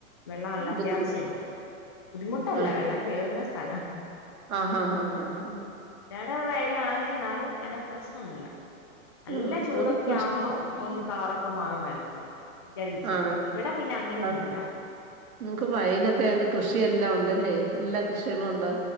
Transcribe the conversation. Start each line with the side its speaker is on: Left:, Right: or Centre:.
Left: വെള്ളംല്ല അത്യാവശ്യണ്ട്
Right: ബുദ്ധിമുട്ട്
Left: ബുദ്ധിമുട്ട് അല്ല
Right: ആഹ്
Left: വെള്ളം കേറുന്ന സ്ഥല.
Right: ആഹ് ഹാ ഹാ ഹാ
Left: എന്റെട വയല് ആണ് എന്നാലും അങ്ങനെ പ്രശ്നൊന്നുല്ല. നല്ല
Right: ആഹ്
Left: ചൂടൊക്കെ
Right: അവിടെ കൃഷി
Left: ആകുമ്പം ഒന്ന് കളറൊക്കെ മാറും വെള്ളത്തിന്. എന്റെ വീട്ട്ലൊക്കെ
Right: ആണല്ലേ
Left: ഇവിടെ പിന്നെ അങ്ങനെയൊന്നുല്ല
Right: അത് നിങ്ങക്ക് വയലൊക്കെ ആയണ്ട് കൃഷിയെല്ലാം ഉണ്ടല്ലേ എല്ലാ കൃഷികളും ഉണ്ടോ